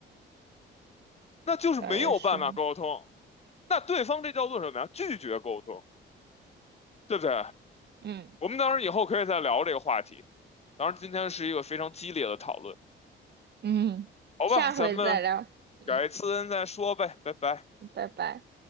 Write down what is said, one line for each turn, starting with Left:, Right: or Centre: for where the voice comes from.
Left: 那就是没有办法沟通。
Right: 倒也是，
Left: 那对方这叫做什么呀？拒绝沟通，对不对？
Right: 嗯
Left: 我们当然以后可以再聊这个话题。当然，今天是一个非常激烈的讨论，
Right: 嗯，
Left: 好吧？
Right: 下回再聊，
Left: 咱们
Right: 嗯，
Left: 改次再说呗，拜拜。
Right: 拜拜。